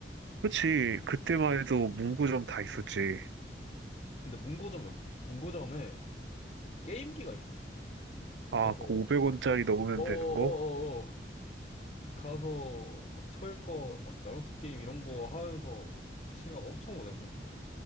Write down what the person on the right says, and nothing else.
그치. 그때만 해도 문구점 다 있었지.
아,
그 500원짜리 넣으면
되는 거?